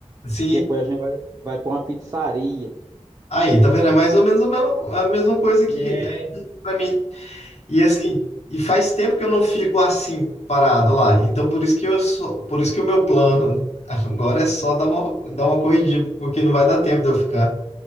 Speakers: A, on the left; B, on the right.
A: Sim.
B: Depois a gente vai, vai para uma pizzaria.
A: Aí, tá vendo? É mais ou menos a mesma, a mesma coisa que
B: É,
A: que é pra mim. E assim, e faz tempo que eu não fico assim, parado lá. Então, por isso que eu sou, por isso que o meu plano agora é só dar uma, dar uma corridinha, porque não vai dar tempo de eu ficar.